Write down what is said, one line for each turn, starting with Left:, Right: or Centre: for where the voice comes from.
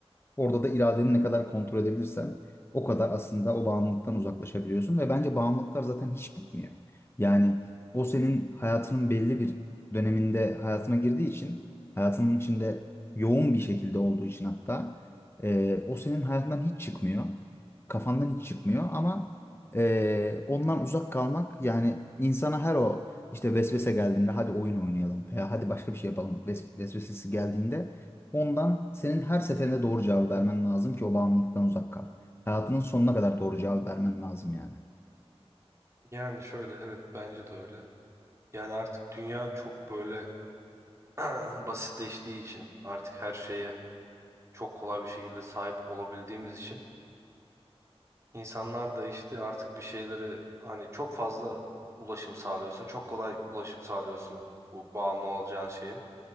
Left: Orada da iradeni ne kadar kontrol edebilirsen o kadar aslında o bağımlılıktan uzaklaşabiliyorsun ve bence bağımlılıklar zaten hiç bitmiyor. Yani o senin hayatının belli bir döneminde hayatına girdiği için hayatının içinde yoğun bir şekilde olduğu için hatta e, o senin hayatından hiç çıkmıyor. Kafandan hiç çıkmıyor ama e, ondan uzak kalmak yani insana her o işte vesvese geldiğinde hadi oyun oynayalım veya hadi başka bir şey yapalım ves- vesvesesi geldiğinde Ondan senin her seferinde doğru cevabı vermen lazım ki o bağımlılıktan uzak kal. Hayatının sonuna kadar doğru cevabı vermen lazım yani.
Right: Yani şöyle evet bence de öyle. Yani artık dünya çok böyle <clears throat> basitleştiği için artık her şeye çok kolay bir şekilde sahip olabildiğimiz için İnsanlar da işte artık bir şeyleri hani çok fazla ulaşım sağlıyorsun. Çok kolay ulaşım sağlıyorsun bu bağımlı olacağın şeye.